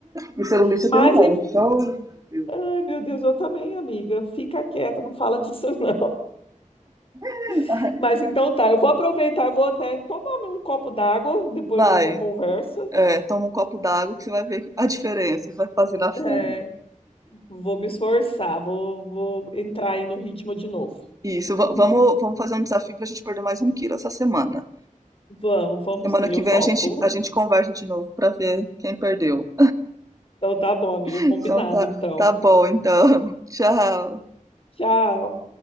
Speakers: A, on the right; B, on the left.
A: E celulite
B: Mas,
A: eu tenho um monte.
B: em-
A: Oh, meu Deus.
B: ai, meu Deus, eu também, amiga. Fica quieta, não fala disso, não.
A: <laughs>
B: <laughs> Mas então tá, eu vou aproveitar, eu vou até tomar um copo d'água depois
A: Vai,
B: dessa conversa.
A: é, toma um copo d'água que você vai ver a diferença que vai fazer na fome.
B: É, vou me esforçar, vou, vou entrar aí no ritmo de novo.
A: Isso, va-
B: <laughs>
A: vamos, vamos fazer um desafio para a gente perder mais um quilo essa semana.
B: Vamos, vamos
A: Semana
B: sim,
A: que
B: eu
A: vem
B: topo.
A: a gente, a gente
B: <laughs>
A: conversa de novo para ver quem perdeu.
B: Então tá bom, amiga, combinado
A: Então tá,
B: então.
A: tá bom, então. <laughs> Tchau.
B: Tchau.